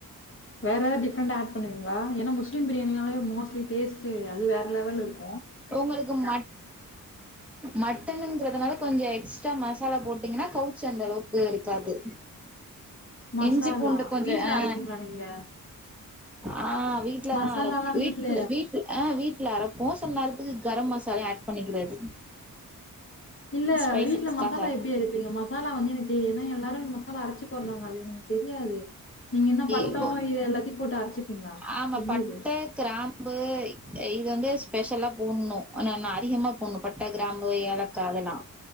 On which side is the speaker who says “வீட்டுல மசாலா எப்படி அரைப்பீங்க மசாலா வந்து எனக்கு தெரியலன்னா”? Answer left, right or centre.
Left